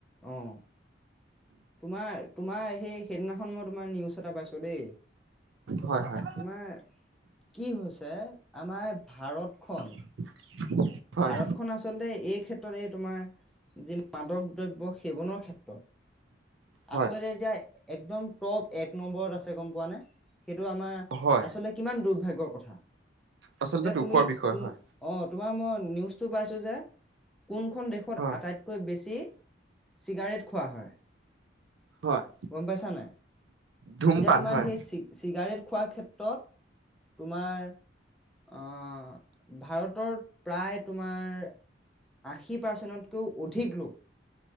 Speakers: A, in the centre; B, on the right.
A: অহঁ। তোমাৰ-তোমাৰ সেই সেইদিনাখন মই তোমাৰ নিউজ এটা পাইছো দেই। তোমাৰ
B: হয় হয়
A: কি হৈছে, আমাৰ ভাৰত খন।
B: <inaudible> হয়
A: ভাৰতখনন আচলতে এই ক্ষেত্ৰতে তোমাৰ যি মাদক দ্ৰব্য সেৱনৰ ক্ষেত্ৰত
B: হয়
A: আচল য <unintelligible> একদম টপ এক নম্বৰত আছে, গম পোৱা নে। সেইটো আমাৰ
B: হয়
A: আচলতে কিমান দুৰ্ভাগ্য। কথা।
B: আচলতে
A: যে
B: দুখৰ
A: তুমি,
B: বিষয়
A: তুম
B: হয়
A: অ, তোমাৰ মই নিউজটো পাইছোঁ যে কোনখন দেশত
B: হয়
A: আটাইতকৈ বেছি চিগাৰেট খোৱা হয়।
B: হয়
A: গম পাইছা নাই?
B: ধূমপান
A: এতিয়া তোমাৰ
B: হয়
A: সেই চি-চিগাৰেট খোৱাৰ ক্ষেত্ৰত তোমাৰ আহ ভাৰতত প্ৰায় তোমাৰ আশী পাৰ্চেণ্টত কৌ অধিক লোক